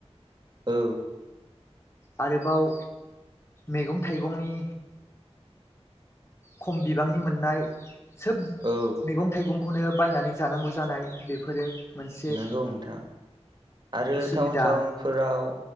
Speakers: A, on the right; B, on the left.
A: औ
B: आरोबाव मैगं थाइगंनि खम बिबांनि मोननाय सोब
A: औ
B: मैगं थाइगंखौनो बायनानै जानांगौ जानाय बेफोरो मोनसे
A: नंगौ नोंथां आरो
B: उसुबिदा
A: टाउन सहरफोराव